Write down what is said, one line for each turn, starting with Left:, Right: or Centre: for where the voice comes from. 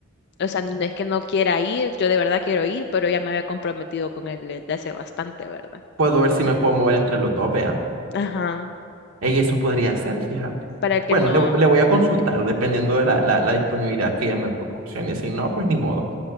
Left: o sea, no es que no quiera ir, yo de verdad quiero ir, pero ya me había comprometido con él desde hace bastante, ¿verdad?
Right: Puedo ver si me puedo mover entre los dos, vea.
Left: Ajá,
Right: Ey, eso podría ser, fíjate.
Left: para que
Right: Bueno,
Left: no...
Right: le, vo- le voy a consultar dependiendo de la, la, la disponibilidad que ella me proporcione. Si no, pues ni modo.